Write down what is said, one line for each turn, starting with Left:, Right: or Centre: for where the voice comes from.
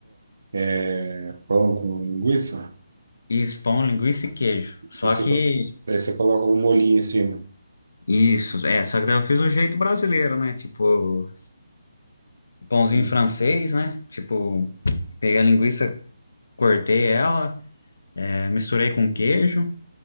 Right: É, é, pão com linguiça.
Left: Isso, pão, linguiça e queijo. Só
Right: E você,
Left: que
Right: co- daí você coloca um molhinho em cima.
Left: isso, é, só que daí eu fiz o jeito brasileiro, né? Tipo, pãozinho
Right: Hum.
Left: francês, né? Tipo, peguei a linguiça, cortei ela, é, misturei com queijo